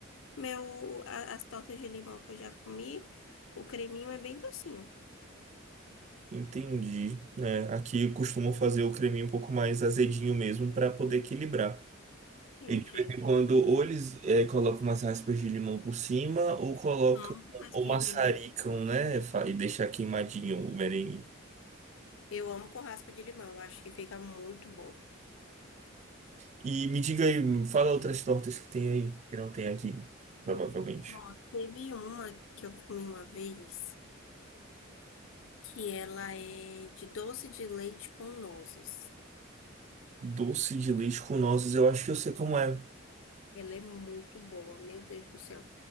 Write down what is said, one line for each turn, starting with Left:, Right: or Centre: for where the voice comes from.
Left: meu, a- as tortas de limão que eu já comi, o creminho é bem docinho.
Right: Entendi. É, aqui costumam fazer o creminho um pouco mais azedinho mesmo para poder equilibrar.
Left: Entendi.
Right: E de vez em quando, ou eles é, colocam umas raspas de limão por cima, ou colocam,
Left: Amo com raspinha
Right: ou maçaricam,
Left: de limão.
Right: né? Fa- E deixar queimadinho o merengue.
Left: Eu amo com raspa de limão, eu acho que fica muito bom.
Right: E me diga aí, me fala outras tortas que tem aí, que não tem aqui, provavelmente.
Left: Ó, teve uma que eu comi uma vez, que ela é de doce de leite com nozes.
Right: Doce de leite com nozes, eu acho que eu sei como é.
Left: Ela é muito boa, meu Deus do céu.